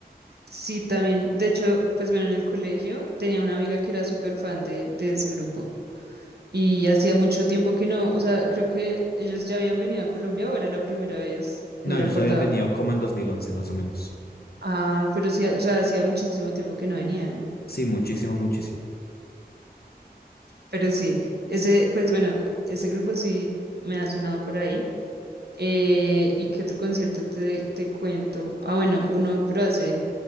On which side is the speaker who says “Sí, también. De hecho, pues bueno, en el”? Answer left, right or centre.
Right